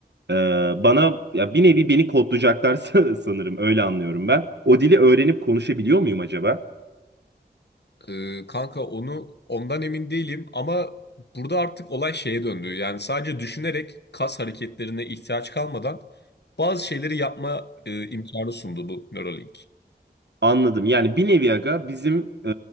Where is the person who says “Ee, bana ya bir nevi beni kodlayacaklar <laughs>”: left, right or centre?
Right